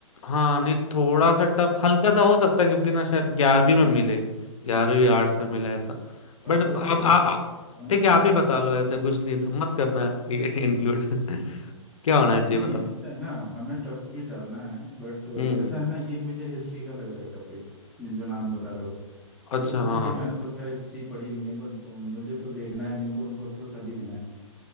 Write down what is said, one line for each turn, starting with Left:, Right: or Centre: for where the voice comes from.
Left: हाँ नहीं थोड़ा सा टफ हल्का सा हो सकता है क्योंकि ना शायद ग्यारहवीं
Centre: नहीं
Left: में मिले ग्यारहवीं आर्ट से मिले
Centre: तब
Left: ऐसा
Centre: तो तब
Left: बट अब
Centre: तो ठीक है
Left: आ, आ,
Centre: तब हमें
Left: ठीक
Centre: डालना
Left: है आप ही
Centre: है
Left: बता लो ऐसा कुछ नहीं मत करना ये इंक्लूड <laughs> क्या होना चाहिए
Centre: नहीं
Left: बताओ
Centre: ऐसा है ना हमें टफ भी डालना है बट
Left: हम्म
Centre: ऐसा है ना ये मुझे हिस्ट्री का लग रहा है टॉपिक ये जो नाम बता रहे हो आप।
Left: अच्छा
Centre: तो
Left: हाँ
Centre: ठीक है मैंने तो खैर हिस्ट्री पढ़ी नहीं है बट मुझे तो देना है जिनको उनको तो सभी देना है